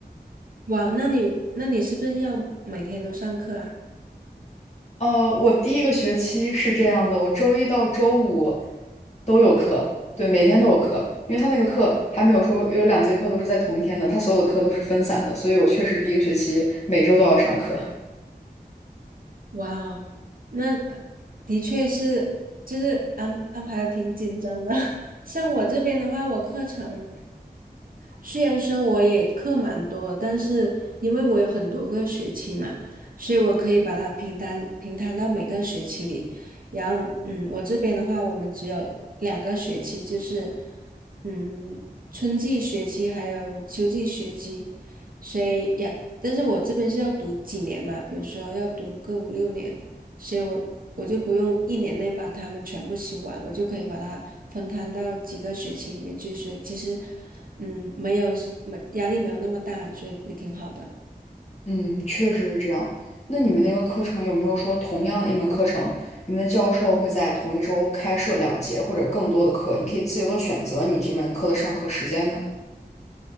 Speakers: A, on the right (about 60°); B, on the left (about 40°).
A: 哇，那你那你是不是要每天都上课啊？
B: 呃，我第一个学期是这样的，我周一到周五都有课，对，每天都有课，因为他那个课还没有说有两节课都是在同一天的，他所有的课都是分散的，所以我确实第一个学期每周都要上课。
A: 哇哦，那的确是，就是安安排的挺紧张的。<laughs> 像我这边的话，我课程虽然说我也课蛮多的但是因为我有很多个学期嘛，所以我可以把它平摊平摊到每个学期里。然后，嗯，我这边的话，我们只有两个学期，就是嗯，春季学期还有秋季学期，所以也，但是我这边是要读几年嘛，比如说要读个五六年。所以我我就不用一年内把它们全部修完，我就可以把它分摊到几个学期里面去。所以其实，嗯，没有没压力没有那么大，所以也挺好的。
B: 嗯，确实是这样。那你们那个课程有没有说同样的一门课程，你们的教授会在同一周开设两节或者更多的课，你可以自由的选择你这门课的上课时间呢？